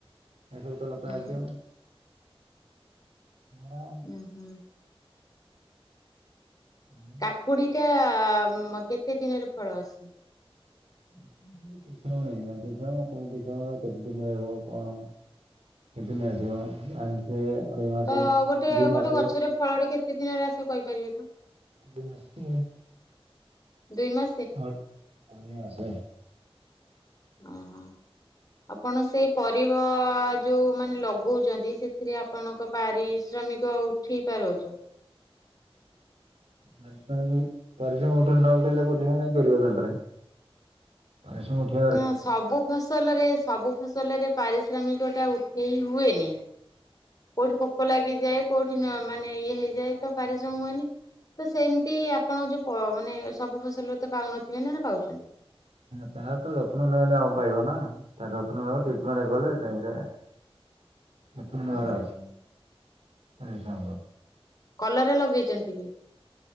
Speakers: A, on the right; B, on the left.
A: ଏସବୁ ତ ଲତା
B: ହୁଁ
A: ଜାତୀୟ। ଆଉ କଣ?
B: ହୁଁ ହୁଁ।
A: ହୁଁ।
B: କାକୁଡି ଟା ମ କେତେ ଦିନରେ ଫଳ ଆସେ?
A: କି ନେଇ କି କ କି ଦିନ ରିବ କଣ <inaudible> ସେଦିନ ଆସିବ ମାସେ ଅଢେଇ ମାସ
B: ତ ଗୋଟେ
A: ଦି
B: ଗୋଟେ
A: ମାସ
B: ଗଛରେ ଫଳଟେ କେତେ ଦିନରେ ଆସେ କହିପାରିବେ ତ?
A: ଦି ମାସେ।
B: ଦୁଇ ମା
A: କ ଆସେ।
B: ଓହୋ। ଆପଣ ସେଇ ପରିବା ଯୋଉ ମାନେ ଲଗଉଛନ୍ତି ସେଥିରେ ଆପଣଙ୍କ ପାରିଶ୍ରମିକ ଉଠେଇ ପାରୁଛ।
A: ପରିଶ୍ରମ ପରିଶ୍ରମ ଉଠ ନ ଉଠେଇଲେ ପରିଶ୍ରମ କାଇଁ କରିବ ଖାଲିଟାରେ। ପରିଶ୍ରମ ହୁଏ
B: ନା ସବୁ ଫସଲରେ ସବୁ ଫସଲରେ ପାରିଶ୍ରମିକ ଟା ଉଠେଇ ହୁଏନି। କୋଉଠି ପୋକ ଲାଗିଯାଏ କୋଉଠି ମାନେ ଇଏ ହେଇଯାଏ ତ ପାରିଶ୍ରମ ତ ସେମିତି ଆପଣ ଯୋଉ ପ ମାନେ ସବୁ ଫସଲରେ ତ ପାଉନଥିବେ ନା ନା ପାଉଛନ୍ତି?
A: ତା ର ତ ଯତ୍ନ ନେଲେ ଆଉ ପାଇବ ନା ତା ଯତ୍ନ ନେବ ଟ୍ରିଟମେଣ୍ଟ କଲେ। ଟାଇମରେ କେତେ ଦିନ
B: ଉଁ
A: ଘରେ ବସିବ
B: ହୁଁ
A: ସେଇଆ।
B: କଲରା ଲଗେଇଛନ୍ତି?